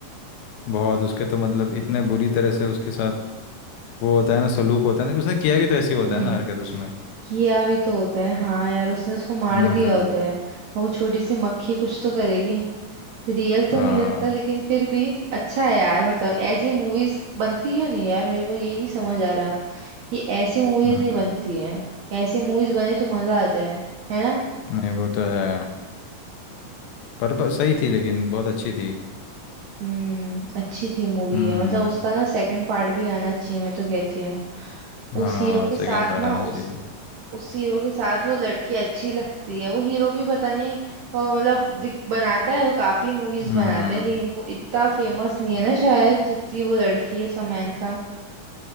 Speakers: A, on the left (about 85°); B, on the right (about 75°).
A: बहुत उसके तो मतलब इतने बुरी तरह से उसके साथ वो होता है ना सलूक होता है ना उसने किया भी तो ऐसी होता
B: हम्म
A: है ना हरकत उसमें
B: किया भी तो होता है हाँ यार उसने उसको मार
A: हम्म
B: दिया होता है और वो छोटी सी मक्खी कुछ तो करेगी रियल तो
A: हाँ
B: नहीं लगता लेकिन फिर भी अच्छा है यार मतलब ऐसी मूवीज बनती क्यों नहीं है यार मेरे को ये नहीं समझ आ रहा ये ऐसी मूवीज
A: हम्म,
B: नहीं बनती हैं ऐसी मूवीज बने तो मजा आ जाए है ना
A: नहीं वो तो है पर, पर सही थी लेकिन बहुत अच्छी थी
B: हम्म अच्छी थी मूवी
A: हम्म
B: है मतलब उसका ना सेकंड पार्ट भी आना चाहिए मैं तो कहती हूँ
A: हाँ
B: उस हीरो के
A: सेकेंड
B: साथ
A: पार्ट
B: ना
A: आना चाहिए
B: उस उस हीरो के साथ वो लड़की अच्छी लगती है वो हीरो भी पता नहीं अ, मतलब दिख- बनाता है वो काफी मूवीज
A: हम्म
B: बनाता है लेकिन वो इतना फेमस नहीं है ना शायद जितनी वो लड़की है समंथा